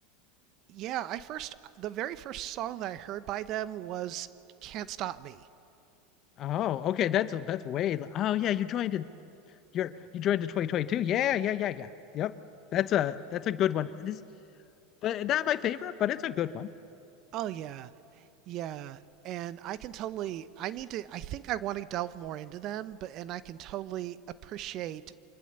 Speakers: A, on the right; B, on the left.
A: Yeah, I first the very first song that I heard by them was Can't Stop Me.
B: oh okay. That's that's way. Oh yeah, you joined it. You're you joined the 2022. Yeah, yeah, yeah, yeah. Yep. That's a that's a good one. This but not my favorite, but it's a good one.
A: Oh yeah. Yeah. And I can totally I need to I think I want to delve more into them, but and I can totally appreciate